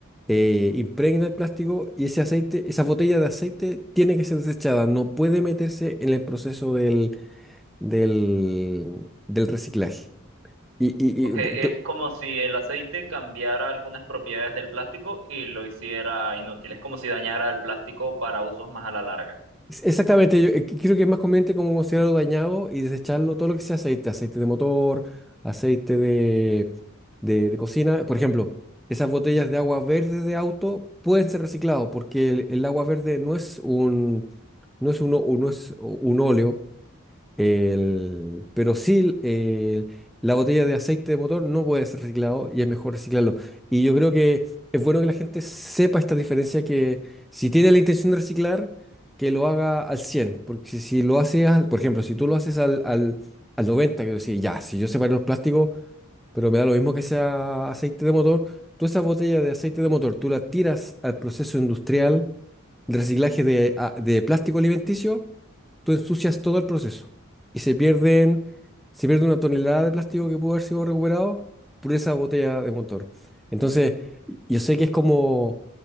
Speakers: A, in the centre; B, on the right.
A: eh, impregna el plástico y ese aceite, esa botella de aceite tiene que ser desechada, no puede meterse en el proceso del, del, del reciclaje. Y, y-
B: Ok,
A: y bu-
B: es
A: tú-
B: como si el aceite cambiara algunas propiedades del plástico y lo hiciera inútil. Es como si dañara el plástico para usos más a la larga.
A: exactamente, yo eh, creo que es más conveniente como considerarlo dañado y desecharlo todo lo que sea aceite, aceite de motor, aceite de, de, de cocina. Por ejemplo, esas botellas de agua verde de auto pueden ser reciclados porque el el agua verde no es un no es, uno, no es un óleo, El- pero sí, eh, la botella de aceite de motor no puede ser reciclado y es mejor reciclarlo. Y yo creo que es bueno que la gente sepa esta diferencia que si tiene la intención de reciclar, que lo haga al cien, Porque si, si lo haces, al- por ejemplo, si tú lo haces al, al, al 90, que decir, ya, si yo separo los plásticos, pero me da lo mismo que sea aceite de motor, tú esa botella de aceite de motor, tú la tiras al proceso industrial de reciclaje de, a- de plástico alimenticio tú ensucias todo el proceso y se pierden, se pierde una tonelada de plástico que pudo haber sido recuperado por esa botella de motor. Entonces, y- yo sé que es como,